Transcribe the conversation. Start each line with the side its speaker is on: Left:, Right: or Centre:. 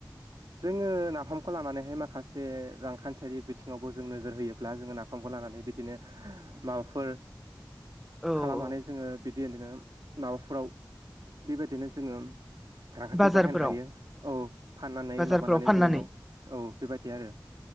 Right: जोंङो नाफामखौ लानानैहाय माखासे रांखान्थियारि बिथिङावबो जों नोजोर होयोब्ला जोंङो नाफामखौ लानानै बिदिनो माबाफोर
Centre: औ
Right: खालामनानै
Centre: औ
Right: जोंङो बि बिदिनो माबाफोराव बेबायदिनो जोंङो रांखान्थियाव
Centre: बाजारफोराव
Right: बाहायनो हायो औ फाननानै
Centre: बाजारफोराव
Right: माबानानै
Centre: फाननानै
Right: जों न' औ बेबायदि आरो